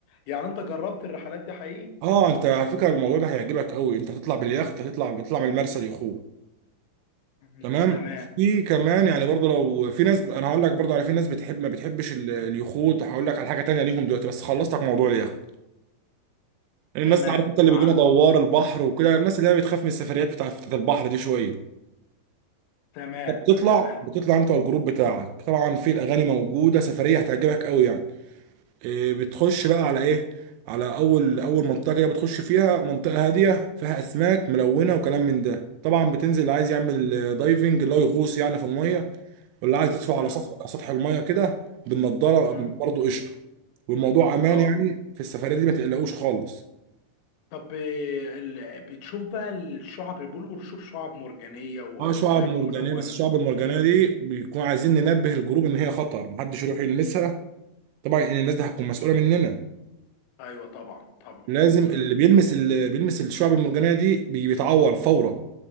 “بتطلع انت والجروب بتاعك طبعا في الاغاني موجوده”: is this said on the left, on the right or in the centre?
Right